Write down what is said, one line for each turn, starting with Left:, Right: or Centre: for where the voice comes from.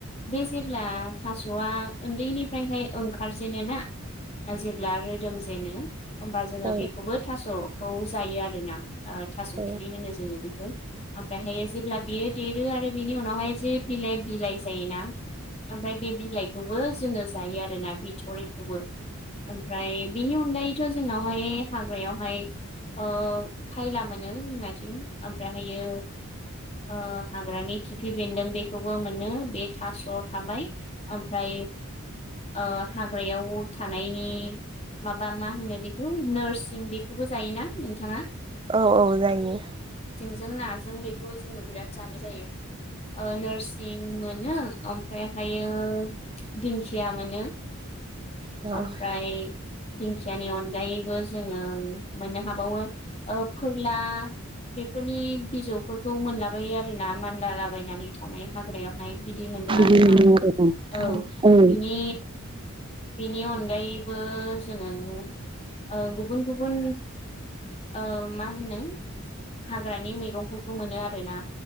Left: बे जेब्ला थास'आ उन्दैनिफ्रायहाय ओंखारजेनो ना? जेब्ला रोदोम जेनो होमबा जोङो
Right: औ
Left: बेखौबो थास'खौ जायो आरोना। ओ थास'
Right: औ
Left: खिनि होनो जोङो ओमफ्रायहायो जेब्ला बियो देरो आरो बेनि उनावहाय जे बिलाइ बिलाइ जायोना। ओमफ्राय बे बिलाइखौबो जोङो जायो आरोना बिथरिखौबो । ओमफ्राय बेनि अनगायैथ' जोंनावहाय हाग्रायावहाय ओ खायला मोनो जोंनाथिं ओमफ्रायहायो ओ हाग्रानि खिफि बेन्दों बेखौबो मोनो बे थास'आव थाबाय ओमफ्राय ओ हाग्रायाव थानायनि माबा मा होनो बेखौ नोरसिं बेखौबो जायोना नोंथाङा?
Right: औ औ जायो।
Left: जों नाजों बेखौ जोङो बिराद जानाय जायो। ओ नोरसिं मोनो ओमफ्रायहायो दिंखिया मोनो
Right: औ
Left: ओमफ्राय
Right: औ
Left: दिंखियानि अनगायैबो जोङो मोननो हाबावो फोरला बेफोरनि बिजौफोरखौ मोनलाबायो आरोना मानलालाबायनानै थानाय हाग्रायाव हायो बिदि मोनो आरोना
Right: बेखौनो
Left: । औ
Right: होनो
Left: बिनि बिनि अन अनगायैबो जोङो ओ गुबुन गुबुन ओ मा होनो हाग्रानि मैगंफोरखौ मोनो आरोना।